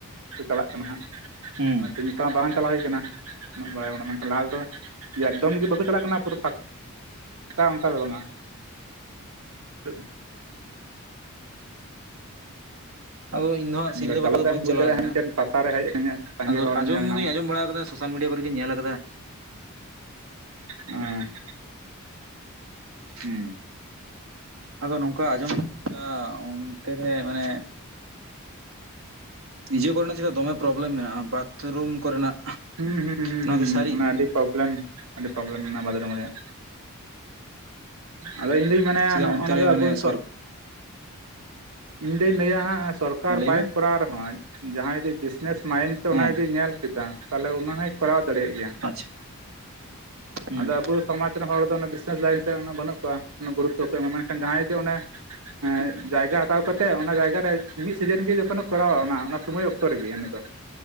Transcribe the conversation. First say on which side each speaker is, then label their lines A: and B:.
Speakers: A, on the right (about 80°); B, on the right (about 65°).
A: ᱠᱚ ᱪᱟᱞᱟᱜ ᱠᱟᱱᱟ ᱦᱟᱸᱜ᱾
B: ᱦᱩᱸ
A: ᱛᱮᱦᱮᱧ ᱵᱟᱝ, ᱵᱟᱝ ᱪᱟᱞᱟᱣ ᱦᱩᱭ ᱟᱠᱟᱱᱟ᱾ ᱩᱱᱟᱹᱜ ᱵᱟᱭ <unintelligible> ᱞᱟᱦᱟ ᱫᱚ, ᱮᱠᱫᱚᱢ ᱜᱮ ᱵᱟᱠᱚ ᱪᱟᱞᱟᱜ ᱠᱟᱱᱟ᱾ ᱯᱩᱨᱟᱹ ᱯᱷᱟᱸᱠ ᱚᱱᱠᱟ ᱚᱱᱠᱟ ᱫᱚ ᱵᱟᱝᱼᱟ᱾ <inaudible>
B: ᱟᱫᱚ ᱤᱧ ᱫᱚ ᱦᱟᱜ ᱥᱤᱞᱫᱟᱹ
A: ᱵᱚᱞᱮ
B: ᱯᱟᱛᱟ ᱫᱚ
A: ᱛᱮᱢ
B: ᱵᱟᱹᱧ
A: ᱵᱩᱡᱽ
B: ᱪᱟᱞᱟᱣ
A: ᱫᱟᱲᱮᱭᱟᱜᱼᱟ ᱦᱟᱸᱜ
B: ᱠᱟᱱᱟ
A: ᱢᱤᱫᱴᱮᱱ ᱯᱟᱛᱟ ᱨᱮ ᱦᱮᱡ ᱟᱠᱟᱱᱟ ᱥᱟᱸᱜᱮ
B: ᱟᱫᱚ
A: ᱦᱚᱲᱮᱢ
B: ᱟᱸᱡᱚᱢ
A: ᱧᱮᱞ
B: ᱫᱩᱧ ᱟᱸᱡᱚᱢ ᱵᱟᱲᱟ ᱟᱠᱟᱫᱟ ᱥᱳᱥᱟᱞ ᱢᱤᱰᱤᱭᱟ ᱠᱚᱨᱮᱜᱮᱧ ᱧᱮᱞ ᱟᱠᱟᱫᱟ
A: ᱚᱸ
B: ᱦᱮᱸ ᱟᱫᱚ ᱱᱚᱝᱠᱟ ᱟᱸᱡᱚᱢ <unintelligible> ᱚᱱᱛᱮ ᱨᱮ ᱢᱟᱱᱮ ᱤᱭᱟᱹ ᱠᱚᱨᱮᱱᱟᱜ ᱪᱮᱫᱟᱜ ᱫᱚᱢᱮ ᱯᱨᱚᱵᱞᱮᱢ ᱢᱮᱱᱟᱜᱼᱟ ᱵᱟᱛᱷᱨᱩᱢ ᱠᱚᱨᱮᱱᱟᱜ
A: ᱦᱩᱸ ᱦᱩᱸ ᱦᱩᱸ
B: ᱱᱚᱣᱟ ᱠᱤ
A: ᱦᱩᱸ
B: ᱥᱟᱹᱨᱤ
A: ᱚᱱᱟ ᱟᱹᱰᱤ ᱯᱨᱚᱵᱞᱮᱢ ᱟᱹᱰᱤ ᱯᱚᱨᱵᱞᱮᱢ ᱵᱟᱛᱨᱩᱢ ᱨᱮᱭᱟᱜ ᱟᱫᱚ ᱤᱧᱫᱩᱧ ᱢᱮᱱᱟᱭᱟ᱾
B: ᱪᱮᱫᱟᱜ
A: ᱱᱚᱜ-ᱚ
B: ᱚᱱᱛᱮ
A: ᱱᱚᱰᱮᱱᱟᱜ
B: ᱨᱮ ᱢᱟᱱᱮ
A: ᱵᱩᱥᱚᱜ᱾
B: ᱥᱚᱨ
A: ᱤᱧᱫᱩᱧ ᱞᱟᱹᱭᱟ ᱦᱟᱸᱜ ᱥᱚᱨᱠᱟᱨ
B: ᱞᱟᱹᱭ
A: ᱵᱟᱭ
B: ᱢᱮ
A: ᱠᱚᱨᱟᱣ ᱨᱮᱦᱚᱸ ᱡᱟᱦᱟᱸᱭ ᱡᱮ ᱵᱤᱡᱽᱱᱮᱥ ᱢᱟᱭᱤᱱᱰ ᱛᱮ ᱚᱱᱟ
B: ᱦᱮᱸ
A: ᱡᱩᱫᱤᱭ ᱧᱮᱞ ᱠᱮᱫᱟ ᱛᱟᱦᱞᱮ ᱚᱱᱟ ᱦᱚᱭ ᱠᱚᱨᱟᱣ ᱫᱟᱲᱮᱭᱟᱜ ᱜᱮᱭᱟ᱾
B: ᱟᱪᱪᱷᱟ ᱦᱩᱸ
A: ᱟᱫᱚ ᱟᱵᱚ ᱥᱚᱢᱟᱡᱽ ᱨᱮᱱ ᱦᱚᱲ ᱫᱚ ᱚᱱᱟ ᱵᱤᱡᱱᱮᱥ ᱞᱟᱭᱤᱱᱥ ᱨᱮ ᱵᱟᱹᱱᱩᱜ ᱠᱚᱣᱟ᱾ ᱱᱩᱠᱩ ᱜᱩᱨᱩᱛᱚ ᱠᱚ ᱮᱢᱟ, ᱢᱮᱱᱠᱷᱟᱱ ᱡᱟᱦᱟᱸᱭ ᱡᱮ ᱚᱱᱮ ᱮᱸ ᱡᱟᱭᱜᱟ ᱦᱟᱛᱟᱣ ᱠᱟᱛᱮᱜ, ᱚᱱᱟ ᱡᱟᱭᱜᱟ ᱨᱮ ᱢᱤᱢᱤᱫ ᱥᱤᱡᱮᱱ ᱨᱮᱜᱮ ᱡᱚᱠᱷᱚᱱ ᱮ ᱠᱚᱨᱟᱣᱟ, ᱚᱱᱟ ᱚᱱᱟ ᱥᱚᱢᱚᱭ ᱚᱠᱛᱚ ᱨᱮᱜᱮ ᱩᱱᱤ ᱫᱚ᱾